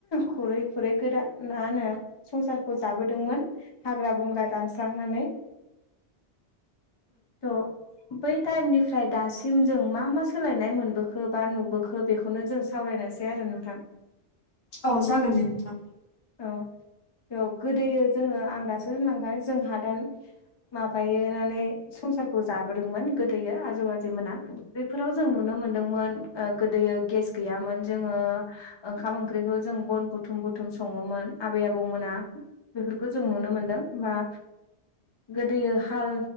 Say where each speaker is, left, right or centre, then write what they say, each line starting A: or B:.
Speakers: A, on the left; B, on the left.
A: खुरै खुरै गोदान मा होनो संसार खौ जाबोदोंमोन हाग्रा बंग्रा दानस्रांनानै थ' बै टाइमनिफ्राय दासिम जों मा मा सोलायनाय मोनबो खो बा नुबोखो बेखौनो जों सावरायनोसै आरो नोंथां
B: औ जागोन देे नोंथां
A: औ र' गोदोयो जोङो आं दासो होनलांखाबाय जों हादान माबायोनानै संसारखौ जाबोदोंमोन गोदोयो आजौ आजौमोना बेफोराव जों नुनो मोन दोंमोन ओ गोदोयो गेस गैयामोन जोङो ओखाम ओंख्रिखौ जों बन बुथुम बुथुम सङोमोन आबै आबौमोना बेफोरखौ जों नुनो मोनदों मा गोदोयो हाल